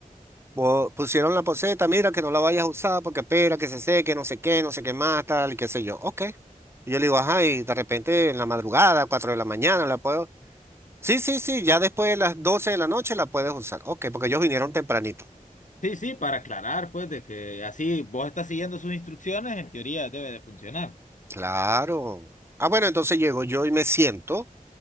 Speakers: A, on the right; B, on the left.
A: Vo- Pusieron la poceta, mira que no la vayas a usar porque espera que se seque, no sé qué, no sé qué más, tal y qué sé yo. Ok. Y yo le digo, ajá, y de repente en la madrugada, cuatro de la mañana, la puedo. Sí, sí, sí, ya después de las 12 de la noche la puedes usar. Ok, porque ellos vinieron tempranito.
B: Sí, sí, para aclarar, pues, de que así vos estás siguiendo sus instrucciones, en teoría debe de funcionar.
A: Claro. Ah, bueno, entonces llego yo y me siento